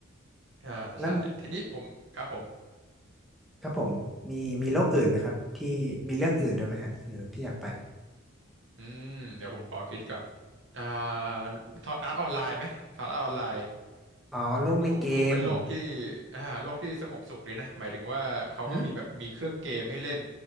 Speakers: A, on the right; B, in the centre.
A: อ่าใช่ทีนี้ผมครับผม
B: แล้วครับผมมีมีโรคอื่นไหมครับที่มีเรื่องอื่นด้วยไหมฮะหรือที่อยากไป
A: อืมเดี๋ยวผมขอคิดก่อนอ่าสอดอาร์ตออนไลน์ไหมสอดอาร์ตออนไลน์
B: อ๋อโรกในเกม
A: ก็ดูดูเป็นโลกที่อ่าโลกที่สงบสุขดีนะหมายถึงว่าเขาก็มีแบบมีเครื่องเกมให้เล่น
B: หืม